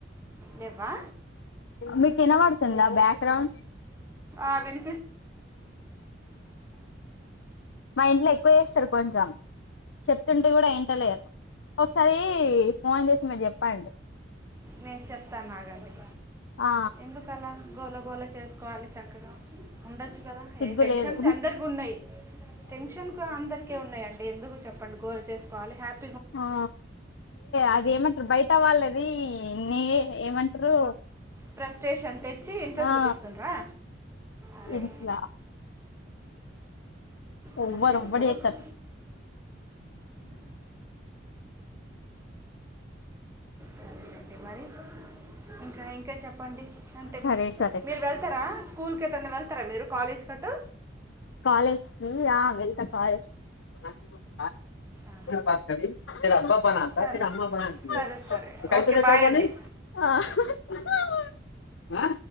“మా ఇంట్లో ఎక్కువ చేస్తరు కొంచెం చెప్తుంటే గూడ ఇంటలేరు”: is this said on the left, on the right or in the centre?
Left